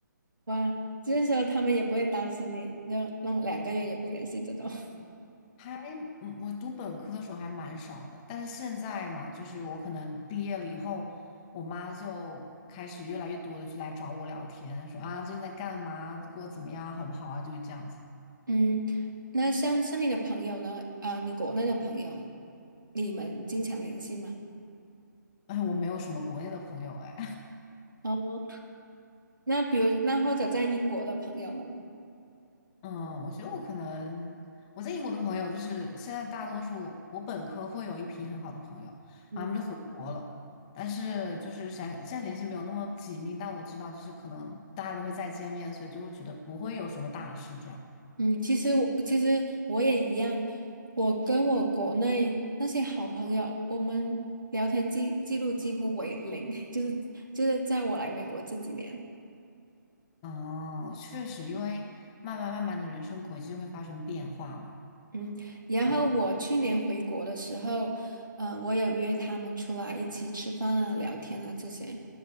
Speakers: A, on the right; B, on the left.
A: 哇，就是说他们也不会担心你，就弄两个月也不联系这种。<laughs>
B: 还，嗯，我读本科的时候还蛮少的，但是现在嘛，就是我可能毕业了以后，我妈就开始越来越多的就来找我聊天，说啊最近在干嘛，过得怎么样，好不好啊，就是这样子。
A: 嗯，那像像你的朋友呢？啊、你国内的朋友，你们经常联系吗？
B: 哎，我没有什么国内的朋友，哎，
A: 哦，那比如那或者在英国的朋友呢？
B: 嗯，我觉得我可能我在英国的朋友，就是现在大多数我本科会有一批很好的朋友，然后他们就回国了，
A: 嗯。
B: 但是就是想现在联系没有那么紧密，但我知道就是可能大家都会再见面，所以就会觉得不会有什么大事这样。
A: 嗯，其实我其实我也一样，我跟我国内那些好朋友，我们聊天记记录几乎为零，<laughs> 就是就是在我来美国这几年，
B: 哦，确实，因为慢慢慢慢的人生轨迹就会发生变化嘛。
A: 嗯，然后我去年回国的时候，嗯，我有约他们出来一起吃饭啊、聊天啊这些，